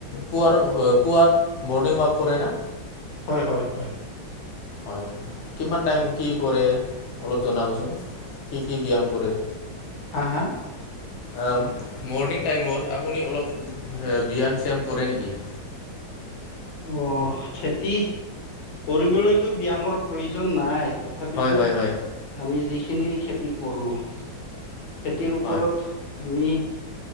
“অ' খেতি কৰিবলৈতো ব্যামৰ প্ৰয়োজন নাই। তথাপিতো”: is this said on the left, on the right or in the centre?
Left